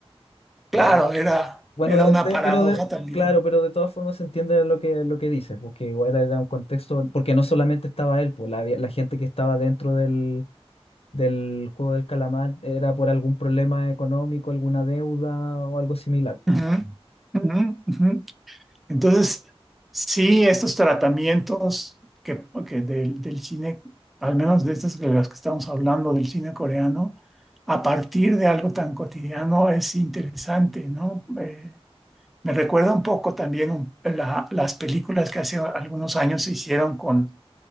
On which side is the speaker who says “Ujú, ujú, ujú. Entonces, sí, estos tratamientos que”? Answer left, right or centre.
Centre